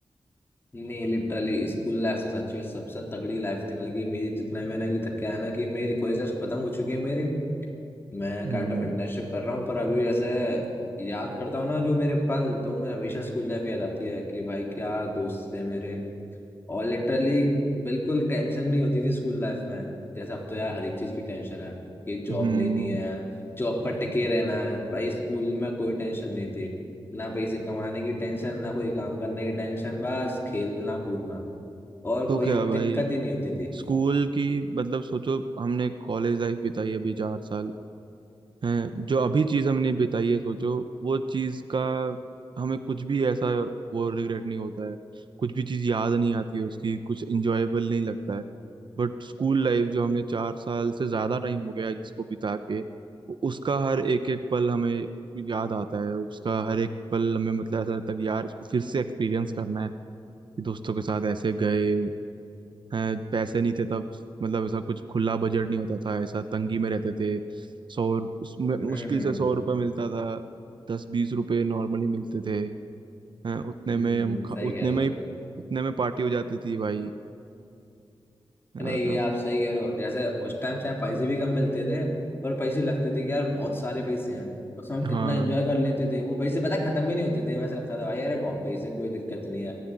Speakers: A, on the left; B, on the right.
A: नहीं लिटरली स्कूल लाइफ तो सच में सबसे तगड़ी लाइफ थी मतलब कि मेरी जितना मैंने अभी तक क्या है ना कि मेरी कॉलेज लाइफ खत्म हो चुकी है मेरी मैं
B: हम्म
A: काइंड ऑफ इंटर्नशिप कर रहा हूँ पर अभी जैसे याद करता हूँ ना जो मेरे पल तो मुझे हमेशा स्कूल लाइफ याद आती है कि भाई क्या दोस्त थे मेरे और लिटरली बिल्कुल टेंशन नहीं होती थी स्कूल लाइफ में जैसे अब तो यार हर एक चीज की टेंशन है कि जॉब
B: हम्म
A: लेनी है जॉब पर टिके रहना है भाई स्कूल में कोई टेंशन नहीं थी ना पैसे कमाने की टेंशन ना कोई काम करने की टेंशन बस खेलना कूदना और
B: तो
A: कोई
B: क्या भाई
A: दिक्कत ही नहीं होती थी
B: स्कूल की मतलब सोचो हमने कॉलेज लाइफ बिताई अभी चार साल हैं जो अभी चीज हमने बिताई है सोचो वो चीज का हमें कुछ भी ऐसा वो रिग्रेट नहीं होता है कुछ भी चीज याद नहीं आती है उसकी कुछ इंजॉयबल नहीं लगता है बट स्कूल लाइफ जो हमने चार साल से ज्यादा टाइम हो गया है जिसको बिता के उसका हर एक एक पल हमें याद आता है उसका हर एक पल हमें मतलब ऐसा लगता है कि यार इसको फिर से एक्सपीरियंस करना है कि दोस्तों के साथ ऐसे गए हैं, पैसे नहीं थे तब मतलब ऐसा कुछ खुला बजट नहीं होता था ऐसा तंगी में रहते थे सौ रुप- उसमें
A: हम्म
B: मुश्किल
A: हम्म
B: से सौ रुपये मिलता था दस बीस रुपए नॉर्मली मिलते थे हैं, उतने
A: हम्म,
B: में
A: हम्म,
B: हम खा-
A: सही
B: उतने
A: कह रहे
B: में
A: हो
B: ही उतने में पार्टी हो जाती थी भाई
A: नहीं
B: और
A: ये
B: अब
A: आप सही कह रहे हो जैसे उस टाइम चाहे पैसे भी कम मिलते थे पर पैसे लगते थे कि यार बहुत सारे पैसे हैं तो उसमें हम
B: हाँ
A: कितना एंजॉय कर लेते थे वो पैसे पता है, खत्म भी नहीं होते थे वैसा लगता था भाई अरे बहुत पैसे हैं कोई दिक्कत नहीं है